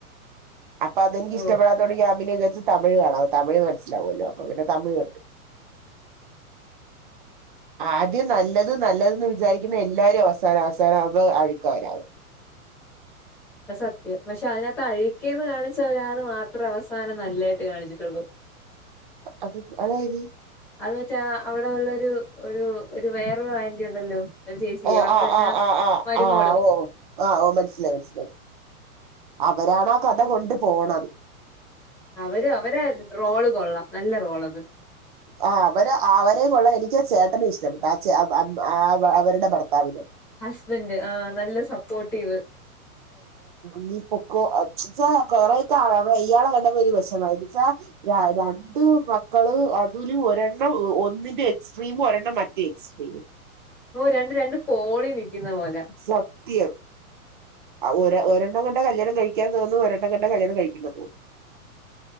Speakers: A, on the right; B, in the centre.
A: അപ്പ അതനിക്ക്
B: ഓഹ്
A: ഇഷ്ടപ്പെടാ തൊടങ്ങിയ ഞാ പിന്നെ വിചാര്ച് തമിഴ് കാണാ തമിഴ് മൻസ്സ്ലാവല്ലോ. അപ്പ പിന്നെ തമിഴ് കണ്ട്. ആദ്യം നല്ലത് നല്ലത് ന്ന് വിചാരിക്കുന്ന എല്ലാരും അവസാനം അവസാനം ആവുമ്പോ അഴുക്കാ വരാ
B: അഹ് സത്യം പശേ അയിനകത്ത് അഴക്കേന്ന് കാണിച്ച ഒരാള് മാത്ര അവസാനം നല്ലായിട്ട് കാണിച്ചിട്ടൊള്ളൂ.
A: അത് അതാര്
B: അത് വെച്ചാ അവിടെ ഉള്ളരു ഒരു ഒരു വേറൊരു ആന്റി ഉണ്ടല്ലോ. ഒരു ചേച്ചി
A: ഓഹ്
B: അവിടത്തെ
A: ആഹ്
B: തന്നെ
A: ആഹ് ആഹ്
B: മരുമോള്
A: ആഹ് ആഹ് ഓ. ആഹ് ഓ മൻസ്സിലായി മൻസ്സിലായി. അവരാണ് ആ കഥ കൊണ്ട് പോണത്.
B: അവര് അവരെ റോള് കൊള്ളാം നല്ല റോളത്.
A: ആഹ് അവര് അവരെ കൊള്ളാ എനിക്കാ ചേട്ടനെ ഇഷ്ടം ആ ചെ ആഹ് അവരുടെ ഭർത്താവിനെ.
B: ഹസ്ബന്ഡ് ആ നല്ല സപ്പോട്ടീവ്.
A: നി പൊക്കൊ അച്ചച്ചാ കൊറേ <unintelligible> വയ്യാതെ കണ്ടപ്പൊ ഒരു വെഷമം <unintelligible> രണ്ട് മക്കള് അതില് ഒരെണ്ണം ഒന്നിന്റെ എക്സ്ട്രീം ഒരെണ്ണം മറ്റേ. സ്ട്രീമും.
B: ഓഹ് രണ്ട് രണ്ട് പോളി നിക്കുന്ന പോലെ.
A: സത്യം. ആഹ് ഒരെ ഒരെണ്ണം കണ്ട കല്യാണം കഴിക്കാൻ തോന്നും. ഒരെണ്ണം കണ്ട കല്ല്യാണം കഴിക്കണ്ടന്ന് തോന്നും.